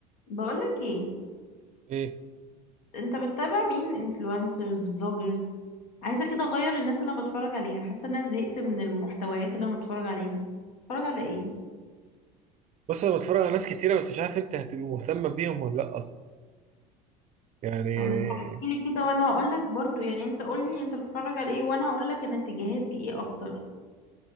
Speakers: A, on the left (about 75°); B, on the right (about 35°).
A: بقولك ايه
B: ايه
A: انت بتتابع مين انفلونسرز بلوجرز عايزه كده اغير الناس اللي انا بتفرج عليها حاسه ان انا زهقت من المحتويات اللي انا بتفرج عليها بتفرج على ايه
B: بص انا بتفرج على ناس كتيره بس مش عارف انت هتبقى مهتم بيهم ولا لا اصلا يعني
A: طب احكي لي كده وانا هقولك برضو يعني انت قولي انت بتتفرج على ايه وانا هقولك انا اتجاهاتي ايه اكتر